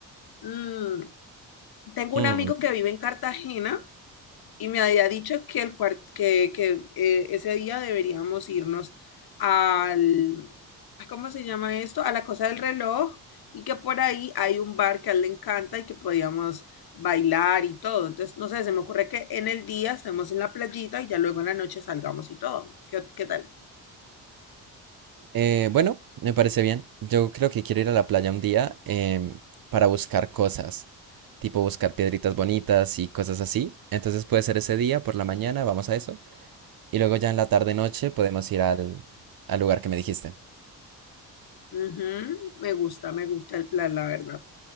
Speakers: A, on the left; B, on the right.
A: mm, tengo
B: mm,
A: un amigo que vive en Cartagena y me había dicho que, el cuart- que, que, eh, ese día deberíamos irnos al, ¿a ¿cómo se llama esto? A la cosa del reloj y que por ahí hay un bar que a él le encanta y que podíamos bailar y todo. Entonces, no sé, se me ocurre que en el día estemos en la playita y ya luego en la noche salgamos y todo. ¿Qué, qué tal?
B: eh, bueno, me parece bien. Yo creo que quiero ir a la playa un día em, para buscar cosas, tipo buscar piedritas bonitas y cosas así. Entonces puede ser ese día, por la mañana, vamos a eso. Y luego ya en la tarde-noche podemos ir al, al lugar que me dijiste.
A: Ujú, Me gusta, me gusta el plan, la verdad.